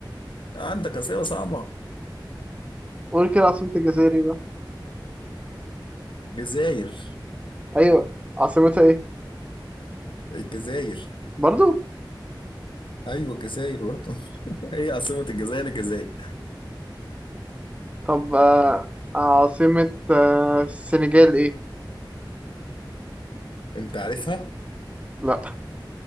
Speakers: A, on the left (about 80°); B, on the right (about 15°).
A: عندك اسئلة صعبة
B: قول كده عاصمة الجزائر ايه بقى
A: جزائر
B: ايوه عاصمتها ايه
A: الجزائر
B: برضو
A: ايوه الجزائر برضه <laughs> هي عاصمة الجزائر الجزائر
B: طب آه، عاصمة آه، السنغال ايه
A: انت عارفها
B: لا